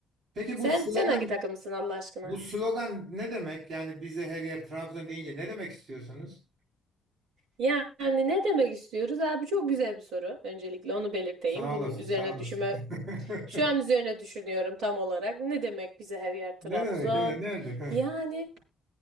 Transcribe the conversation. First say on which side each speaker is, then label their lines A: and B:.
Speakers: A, on the right; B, on the right.
A: Peki
B: Sen
A: bu slogan
B: sen hangi takımsın Allah aşkına?
A: Bu slogan ne demek? Yani bize her yer Trabzon deyince ne demek istiyorsunuz?
B: Yani ne demek istiyoruz abi? Çok güzel bir soru. Öncelikle onu belirteyim.
A: Sağ
B: Bunun
A: olasın,
B: üzerine
A: sağ olasın.
B: düşünme,
A: <laughs>
B: şu an üzerine düşünüyorum tam olarak. Ne demek bize her yer Trabzon?
A: Ne demek? ya? Nerede? Ha.
B: Yani